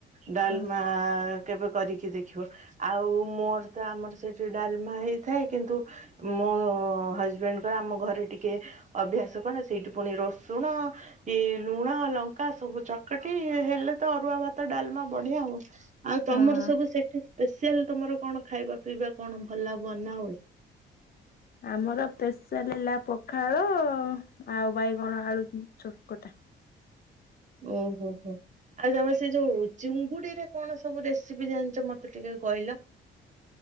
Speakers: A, on the right; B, on the left.
A: ଡାଲ୍ମା।
B: ଆଉ।
A: କେବେ କରିକି ଦେଖିବ ଆଉ ମୋର ତ ଆମର ସେଇଠି ଡାଲମା ହେଇଥାଏ କିନ୍ତୁ ମୋ ହଜବେଣ୍ଟ୍ ଙ୍କର ଆମ ଘରେ ଟିକେ ଅଭ୍ୟାସ୍ <unintelligible> ସେଇଠି ପୁଣି ରସୁଣ ଏଇ ଲୁଣ ଲଙ୍କା ସବୁ ଚକଟି ହେଲେ ତ ଅରୁଆ ଭାତ ଡାଲ୍ମା ବଢିଆ ଆଉ। ଆଉ ତମର
B: ହଁ
A: ସବୁ ସେଠି ସ୍ପେଶିଆଲ୍ ତମର କଣ ଖାଇବା ପିଇବା କଣ ଭଲ ବନା ହଏ?
B: ଆମର ସ୍ପେଆଲେ ହେଲା ପଖାଳ ଆଉ ବାଇଗଣ ଆଳୁ ଚକଟା।
A: ଓ- ହୋ -ହୋ। ଆଉ ତମେ ସେ ଯଉ ଚିଙ୍ଗୁଡି ରେ କଣ ସବୁ ରେସିପି ଜାଣିଚ ମତେ ଟିକେ କହିଲ?